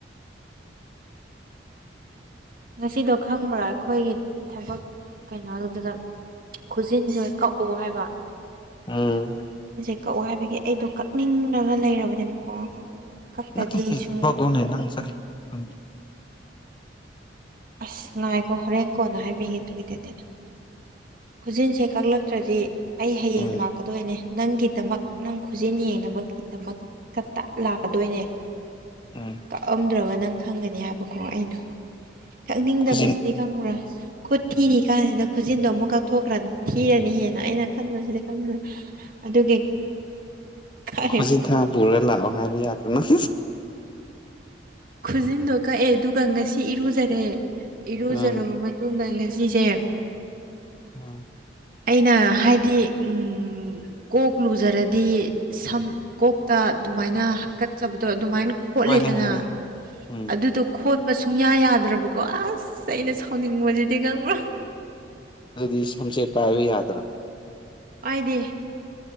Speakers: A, on the right; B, on the left.
A: ꯉꯁꯤꯗꯣ ꯈꯪꯕ꯭ꯔꯥ ꯑꯩꯈꯣꯏꯒꯤ ꯊꯕꯛ ꯀꯩꯅꯣꯗꯨꯗ ꯈꯨꯖꯤꯟꯁꯦ ꯀꯛꯎ ꯍꯥꯏꯕ
B: ꯎꯝ
A: ꯀꯛꯑꯣ ꯍꯥꯏꯕꯒꯤ ꯑꯩꯗꯣ ꯀꯛꯅꯤꯡꯂꯒ ꯂꯩꯔꯕꯅꯦꯕꯀꯣ ꯀꯛꯇꯗꯤ
B: ꯅꯠꯇꯦ ꯀꯩꯅꯣ
A: ꯁꯨꯝ
B: ꯀꯛꯑꯣꯅꯦ ꯅꯪ ꯆꯠꯈꯤꯕ ꯈꯪꯗꯦ
A: ꯑꯁ ꯉꯥꯏꯈꯣ ꯍꯣꯔꯦꯜ ꯀꯣꯟꯅ ꯍꯥꯏꯕꯤꯒꯦ ꯑꯗꯨꯒꯤꯗꯨꯗꯤ ꯈꯨꯖꯤꯟꯁꯦ ꯀꯛꯂꯛꯇ꯭ꯔꯗꯤ ꯑꯩ ꯍꯥꯌꯦꯡ
B: ꯎꯝ
A: ꯂꯥꯛꯀꯗꯣꯏꯅꯦ ꯅꯪꯒꯤꯗꯃꯛ ꯅꯪ ꯈꯨꯖꯤꯟ ꯌꯦꯡꯅꯕꯒꯤꯗꯃꯛ ꯀꯛꯇ ꯂꯥꯛꯀꯗꯣꯏꯅꯦ
B: ꯎꯝ
A: ꯀꯛꯑꯝꯗ꯭ꯔꯕ ꯅꯪ ꯈꯪꯒꯅꯤ ꯍꯥꯏꯕꯀꯣ ꯑꯩꯅ ꯀꯛꯅꯤꯡꯗꯕꯁꯤꯗꯤ
B: ꯈꯨꯖꯤꯟ
A: ꯈꯪꯕ꯭ꯔꯥ ꯈꯨꯠ ꯊꯤꯔꯤ ꯀꯥꯟꯁꯤꯗ ꯈꯨꯖꯤꯟꯗꯣ ꯑꯃꯨꯛ ꯀꯛꯊꯣꯛꯈ꯭ꯔꯗꯤ ꯊꯤꯔꯅꯤ ꯍꯦꯟꯅ ꯑꯩꯅ ꯈꯟꯕꯁꯤꯗꯤ ꯈꯟꯕꯁꯤꯗꯤ ꯑꯗꯨꯒꯤ ꯀꯥꯏꯕꯀꯣ
B: ꯈꯨꯖꯤꯟ ꯊꯥꯡ ꯄꯨꯔ ꯂꯥꯛꯑꯣ ꯍꯥꯏꯕ ꯌꯥꯗ꯭ꯔ ꯅꯪ
A: ꯈꯨꯖꯤꯟꯗꯣ ꯀꯛꯑꯦ ꯑꯗꯨꯒ ꯉꯁꯤ ꯏꯔꯨꯖꯔꯦ ꯏꯔꯨꯖꯔꯕ
B: ꯎꯝ
A: ꯃꯇꯨꯡꯗ ꯉꯁꯤꯁꯦ
B: ꯑꯥ
A: ꯑꯩꯅ ꯍꯥꯏꯗꯤ ꯎꯝ ꯀꯣꯛ ꯂꯨꯖꯔꯗꯤ ꯁꯝ ꯀꯣꯛꯇ ꯑꯗꯨꯃꯥꯏꯅ ꯍꯥꯀꯠꯆꯕꯗꯣ ꯑꯗꯨꯃꯥꯏꯅ ꯈꯣꯠꯂꯦꯗꯅ
B: ꯍꯣꯏꯅꯦ ꯍꯣꯏꯅꯦ ꯎꯝ
A: ꯑꯗꯨꯗꯣ ꯈꯣꯠꯄ ꯁꯨꯡꯌꯥ ꯌꯥꯗ꯭ꯔꯕ ꯀꯣ ꯑꯁ ꯑꯩꯅ ꯁꯥꯎꯅꯤꯡꯕꯁꯤꯗꯤ ꯈꯪꯕ꯭ꯔꯥ
B: ꯑꯗꯨꯗꯤ ꯁꯝꯆꯦꯠ ꯄꯥꯏꯕ ꯌꯥꯗ꯭ꯔꯣ
A: ꯄꯥꯏꯗꯦ